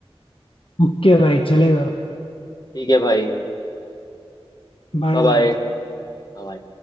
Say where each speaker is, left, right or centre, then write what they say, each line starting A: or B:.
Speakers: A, on the left (about 60°); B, on the left (about 40°).
A: ओके भाई चलेगा
B: ठीक है भाई
A: Bye
B: Bye bye
A: bye
B: हाँ भाई